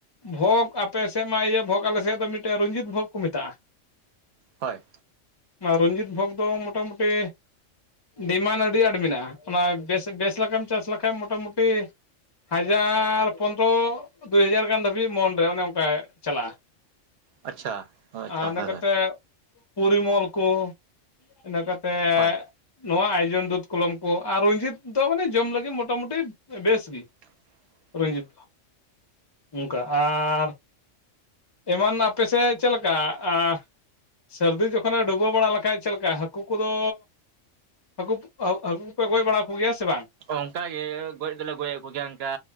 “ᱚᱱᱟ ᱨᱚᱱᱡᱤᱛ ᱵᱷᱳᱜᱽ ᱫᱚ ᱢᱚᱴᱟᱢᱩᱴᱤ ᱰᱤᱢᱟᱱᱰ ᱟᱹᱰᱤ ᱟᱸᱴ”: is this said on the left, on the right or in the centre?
Left